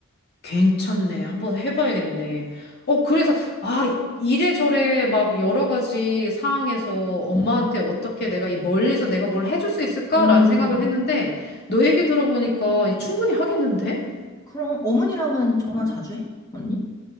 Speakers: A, on the left; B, on the left.
A: 괜찮네. 한번 해봐야겠네. 어, 그래서, 아, 이래저래 막 여러 가지 상황에서 엄마한테
B: 응, 응.
A: 어떻게 내가 이 멀리서 내가 뭘 해줄 수 있을까라는
B: 음,
A: 생각을 했는데, 너 얘기 들어보니까 이 충분히 하겠는데?
B: 그럼 어머니랑은 전화
A: 음.
B: 자주 해? 언니?